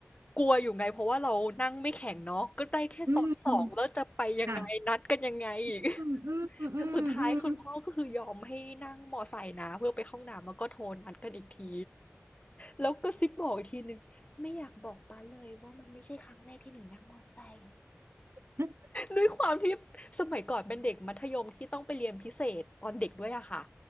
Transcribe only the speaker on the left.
กลัวอยู่ไงเพราะว่าเรานั่งไม่แข็งเนาะก็ได้แค่ซ้อนสองแล้วจะไปยังไงนัดกันยังไงอีก
แต่สุดท้ายคุณพ่อก็คือยอมให้นั่งมอไซค์นะเพื่อไปเข้าห้องน้ำแล้วก็โทรนัดกันอีกทีแล้วก็ซิปบอกอีกทีหนึ่งไม่อยากบอกป้าเลยว่ามันไม่ใช่ครั้งแรกที่หนูนั่งมอไซค์
ด้วยความที่สมัยก่อนเป็นเด็กมัธยมที่ต้องไปเรียนพิเศษตอนเด็กด้วยอะค่ะ